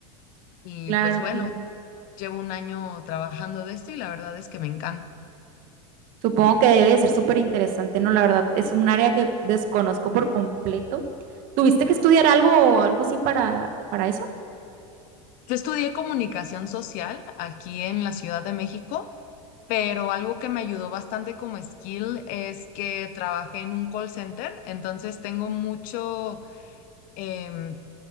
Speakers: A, on the left (about 55°); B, on the right (about 50°).
A: y
B: Claro,
A: pues bueno.
B: claro.
A: Llevo un año trabajando de esto y la verdad es que me encanta.
B: Supongo que debe de ser súper interesante, ¿no? La verdad, es un área que desconozco por completo. ¿Tuviste que estudiar algo o algo así para, para eso?
A: Yo estudié comunicación social aquí en la Ciudad de México, pero algo que me ayudó bastante como skill es que trabajé en un call center, entonces tengo mucho, em,